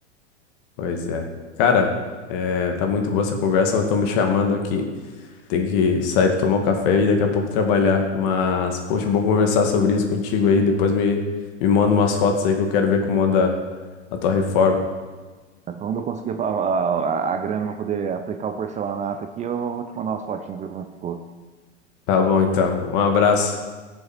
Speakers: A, on the left (about 50°); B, on the right (about 20°).
A: Pois é. Cara, é, tá muito boa essa conversa, mas estão me chamando aqui. Tem que sair pra tomar um café e daqui a pouco trabalhar. Mas, poxa, bom conversar sobre isso contigo aí. Depois me, me manda umas fotos aí que eu quero ver como anda a tua reforma.
B: Quando eu conseguir a, a, a grana para poder aplicar o porcelanato aqui, eu vou te mandar umas fotinhas para ver como é que ficou.
A: Tá bom, então. Um abraço.